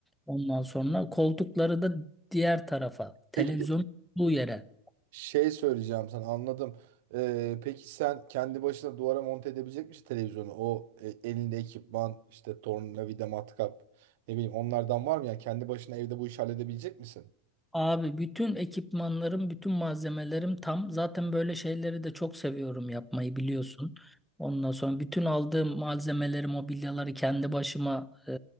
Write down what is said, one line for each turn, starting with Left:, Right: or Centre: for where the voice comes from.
Centre: Ondan sonra koltukları da diğer tarafa,
Right: Peki
Centre: televizyonun olduğu yere.
Right: şey söyleyeceğim sana anladım. Ee, peki sen kendi başına duvara monte edebilecek misin televizyonu? O e, elinde ekipman işte tornavida matkap ne bileyim onlardan var mı ya? Kendi başına evde bu işi halledebilecek misin?
Centre: Abi bütün ekipmanlarım, bütün malzemelerim tam. Zaten böyle şeyleri de çok seviyorum yapmayı biliyorsun. Ondan sonra bütün aldığım malzemeleri, mobilyaları kendi başıma e,